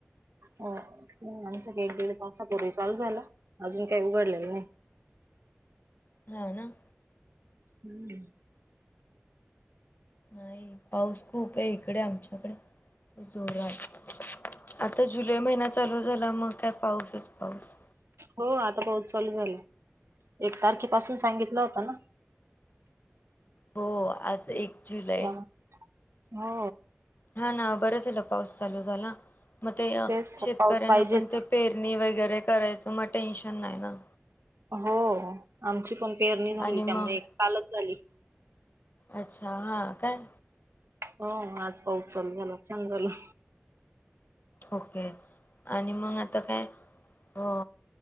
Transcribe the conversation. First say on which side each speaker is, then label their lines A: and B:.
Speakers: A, on the right; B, on the left.
A: हो आमच्या काही एक दीड तासापूर्वी चालू झाला अजून काही उघडलेलं नाही
B: हं हम्म
A: नाही
B: नाही पाऊस खूप आहे इकडे आमच्याकडे जोरात आता जुलै महिना चालू झाला मग काय पाऊसच पाऊस
A: हो आता पाऊस चालू झालं एक तारखे पासून सांगितला होता ना
B: हो आज एक जुलै.
A: त्यामुळे हो!
B: हा ना बरं झालं पाऊस चालू झाला मग ते
A: तेच तर
B: शेतकऱ्यांना
A: पाऊस पाहिजेच
B: पण ते पेरणी वगैरे करायचं मग टेन्शन नाही ना
A: हो आमची पण पेरणी झाली
B: आणि मग
A: त्यामुळे एक कालच झाली.
B: अच्छा हा काय.
A: हो आज पाऊस चालू झाला छान झाल
B: ओके आणि मग आता काय अ